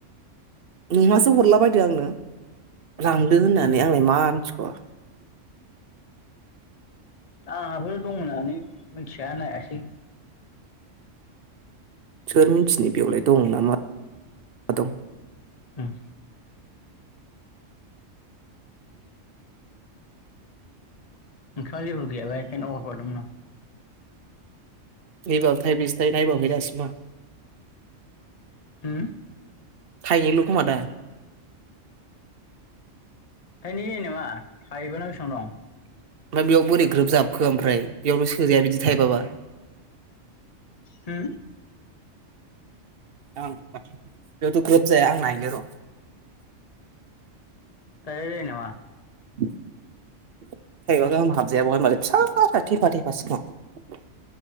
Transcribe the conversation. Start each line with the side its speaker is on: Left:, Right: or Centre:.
Right: नोमासो हरलाबाय <inaudible> आंनो लांदो होननानै
Left: ओम
Right: आंलाय मा मिथिग'
Left: आंहाबो दं होननानै मोनथिया नायासै
Right: सोर मिथिनाय बेवलाय दं नामा <inaudible> दं
Left: उम <inaudible> नाव जेबो गैयाबा एखायनो हरफादोंमोन आं
Right: <inaudible> थाय <inaudible> थाय नायबावाखै दासिमबो आं
Left: उम
Right: थाइनैल' खोमा दा
Left: थाइनै जायो नामा थाइबाना बिसां दं
Right: ओमफ्राय बेयाव बोरै ग्रोब जाबखो ओमफ्राय बेयावथ' सोजाया बिदि थायबाबा
Left: हो
Right: <inaudible> बेयावथ' ग्रोब जाया आं नायनो र' <inaudible>
Left: जाया जायो नामा
Right: थाइबा गाहाम हाबजाया ब'हाय होमबालाय फिसा फिसा थेफा थेफासो खोमा